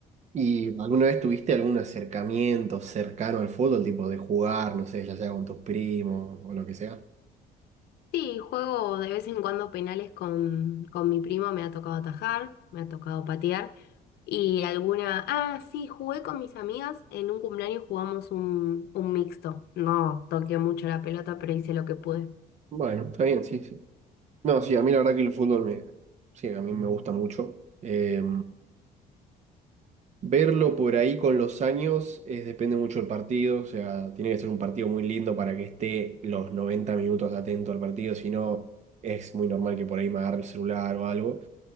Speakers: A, on the right; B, on the left.
A: ¿Y alguna vez tuviste algún acercamiento cercano al fútbol, tipo de jugar, no sé, ya sea con tus primos o lo que sea?
B: Sí, juego de vez en cuando penales con, con mi primo, me ha tocado atajar, me ha tocado patear y alguna... Ah, sí, jugué con mis amigas, en un cumpleaños jugamos un, un mixto. No toqué mucho la pelota, pero hice lo que pude.
A: Bueno, está bien, sí, sí. No, sí, a mí la verdad que el fútbol me, sí, a mí me gusta mucho. Eh, verlo por ahí con los años es, depende mucho del partido, o sea, tiene que ser un partido muy lindo para que esté los 90 minutos atento al partido, si no es muy normal que por ahí me agarre el celular o algo.